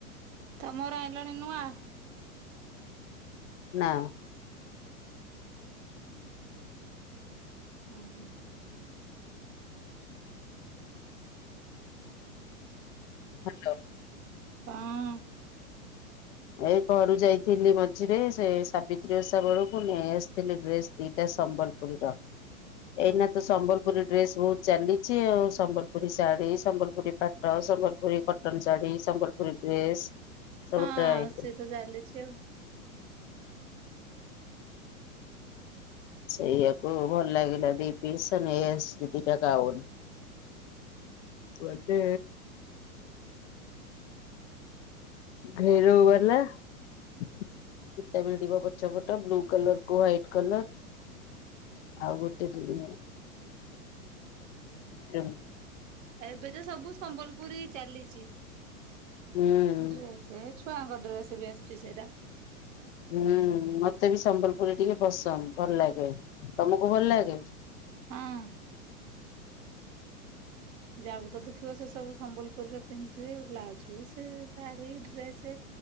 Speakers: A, on the right (about 55°); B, on the left (about 50°).
A: ତମର ଆଇିଲଣି ନୂଆଁ?
B: ନା।
A: ହା ହୁଁ।
B: ହାଲୋ।
A: ହଁ।
B: ଏଇ ଘରୁ ଯାଇଥିଲି ମଝିରେ ସେ ସାବିତ୍ରୀ ଓଷା ବେଳକୁ ନେଇ ଆସିଥିଲି ଡ୍ରେସ ଦିଟା ସମ୍ବଲ ପୁରୀର
A: ହଁ
B: ଏଇନା ତ ସମ୍ବଲପୁରୀ ଡ୍ରେସ ବହୁତ ଚାଲିଚି ଆଉ ସମ୍ବଲପୁରୀ ଶାଢୀ ସମ୍ବଲପୁରୀ ପାଟ ସମ୍ବଲପୁରୀ କଟନ ଶାଢୀ ସମ୍ବଲପୁରୀ ଡ୍ରେସ୍ ସବୁ
A: ହଁ
B: ଟ୍ରାଏ
A: ସେ ତ ଚାଲିଛି ଆଉ।
B: ସେଇଆାକୁ ଭଲ ଲାଗିଲା ଦି ପି ସେ ନେଇଆସଛି ଦିଟା ଗାଉନ। ଗୋଟେ ରେରେଉ ଗଲା। ଯେତେ ବେଳେ ଯିବ ପଛ ପଟ ବ୍ଲୁ କଲର କୁ ହ୍ାଇଟ କଲର ଆଉ ଗୋଟେଡି ମ <unintelligible>
A: ଏବେ ତ ସବୁ ସମ୍ବଲପୁରି ଚାଲିଛି।
B: ହୁଁ।
A: ଡ୍ରେସ ଏ ଛୁଆଙ୍କ ଡ୍ରେସ ବି ଆସୁଛି ସେଇଟା।
B: ହୁଁ ମତେ ବି ସମ୍ବଲପୁରୀ ଟିକେ ପସନ୍ଦ ଭଲ ଲାଗେ ତମକୁ ଭଲ ଲାଗେ?
A: ହଁ। ହଁ। ଯାହାକୁ ତ ଦେଖିବ ସେ ସବୁ ସମ୍ବଲପୁରୀରେ ପିନ୍ଧିଥିବେ ଆଉ ବ୍ଲାଉଜ ସେ ଶାଢୀ ଡ୍ରେସ